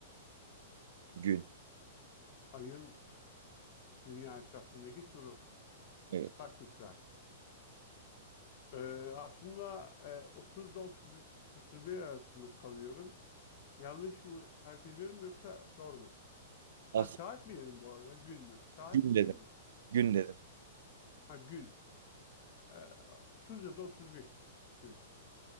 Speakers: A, on the right; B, on the left.
A: gün.
B: ayın dünya etrafındaki turu
A: Evet.
B: kaç gün sürer? Ee, aslında e, 30'da 31, 31 arasında kalıyorum. Yanlış mı hareket ediyorum yoksa doğru mu? Ha
A: Aslında
B: saat mi dedim bu arada? Gün mü? Saat
A: gün
B: mi
A: dedim.
B: gün mü?
A: Gün dedim.
B: Ha gün. Ee, 30 ya da 31 gün.